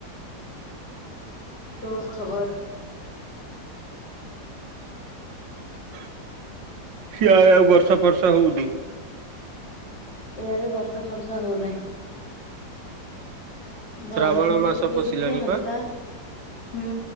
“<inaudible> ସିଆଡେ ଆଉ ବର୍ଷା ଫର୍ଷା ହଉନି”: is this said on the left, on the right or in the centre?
Right